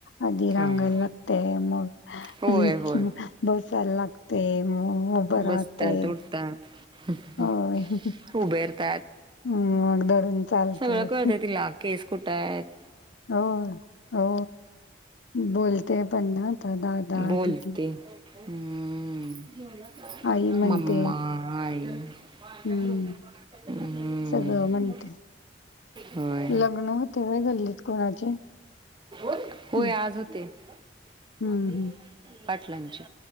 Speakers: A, on the left; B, on the right.
A: आधी रांगायला
B: होय
A: लागतेय मग
B: होय होय
A: <unintelligible> बसायला लागते मग उभं
B: बसतात
A: राहते.
B: उठतात <unintelligible>
A: <unintelligible>
B: उबेरतात
A: मग धरून चालतत.
B: सगळं कळतं तिला केस कुठं हायत?
A: हो, हो बोलते पण ना. ददा दा
B: बोलते
A: दिदी.
B: हम्म, जेवला का?
A: आई म्हणते
B: मम्मा, आई.
A: हम्म,
B: <unintelligible> हम,
A: सगळं म्हणते.
B: होय.
A: लग्न होते व्हय गल्लीत कोणाचे?
B: <unintelligible> होय
A: हं,
B: आज होते. <unintelligible>
A: हं, हं.
B: पाटलांची,